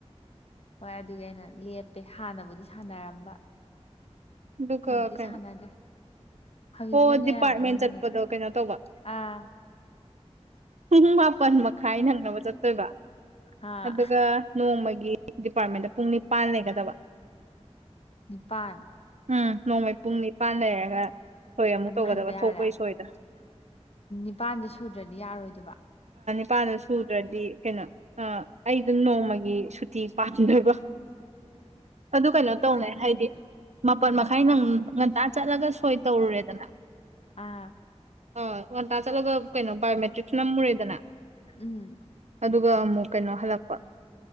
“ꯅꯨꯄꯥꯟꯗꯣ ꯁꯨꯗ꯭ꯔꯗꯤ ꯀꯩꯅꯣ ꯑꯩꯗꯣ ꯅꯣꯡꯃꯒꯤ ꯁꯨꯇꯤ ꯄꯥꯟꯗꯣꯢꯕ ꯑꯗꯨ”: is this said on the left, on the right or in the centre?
Right